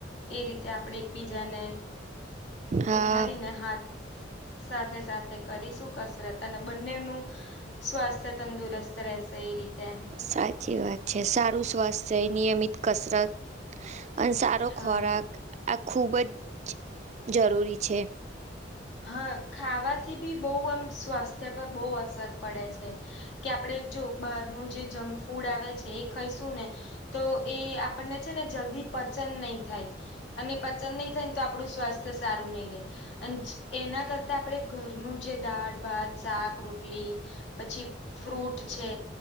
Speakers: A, on the left; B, on the right.
A: એ રીતે આપણે બીજાને
B: હા
A: ઉઠાડીને હાથ સાથે-સાથે કરીશું કસરત, અને બંનેવનું સ્વાસ્થ્ય તંદુરસ્ત રહેશે એ રીતે.
B: સાચી વાત છે. સારું સ્વાસ્થ્ય, નિયમિત કસરત, અને સા રો
A: હા
B: ખોરાક આ ખૂબ જ જરૂરી છે.
A: હા, ખાવાથી બી બહુ આમ સ્વાસ્થ્ય પર બહુ અસર પડે છે. કે આપડે જો બહારનું જે જંક ફૂડ આવે છે એ ખઈશું ને તો એ આપણને છે ને જલ્દી પચન નહીં થાય. અને પચન નહીં થાય ને તો આપણું સ્વાસ્થ્ય સારું નહી રહે. અને <unintelligible> એના કરતા આપણે ઘરનું જે દાળ, ભાત, શાક, રોટલી પછી ફ્રૂટ છે